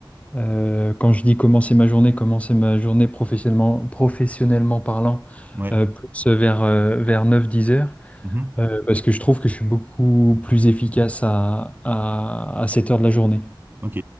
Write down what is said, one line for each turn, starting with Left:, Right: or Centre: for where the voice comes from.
Left: euh, quand je dis commencer ma journée, commencer ma journée professionnellement, professionnellement parlant,
Right: Ouais.
Left: euh, plus vers, euh, vers neuf dix heures,
Right: Mhm.
Left: euh, parce que je trouve que je suis beaucoup plus efficace à, à, à cette heure de la journée.
Right: Ok.